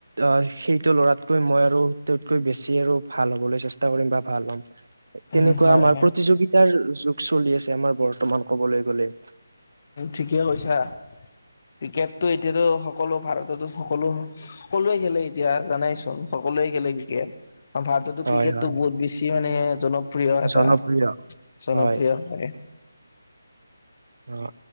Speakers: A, on the right; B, on the left.
A: অ সেইটো ল'ৰাতকৈ মই আৰু তাতকৈ বেছি আৰু ভাল হ'বলৈ চেষ্টা কৰিম বা ভাল হ'ম।
B: উম
A: তেনেকুৱা
B: হয়
A: আমাৰ
B: হয়
A: প্ৰতিযোগিতাৰ যুগ চলি আছে আমাৰ বৰ্তমান কবলৈ গলে।
B: ঠিকেই কৈছা। ক্ৰিকেটটো এতিয়াতো সকলো ভাৰততো সকলো সকলোৱে খেলে এতিয়া জানাই চোন। সকলোৱে খেলে ক্ৰিকেট। ভাৰততো
A: হয়
B: ক্ৰিকেটটো
A: হয়
B: বহুত বেছি মানে জন প্ৰিয় এটা
A: জনপ্ৰিয়
B: জনপ্ৰিয়
A: হয়
B: মানে
A: অ।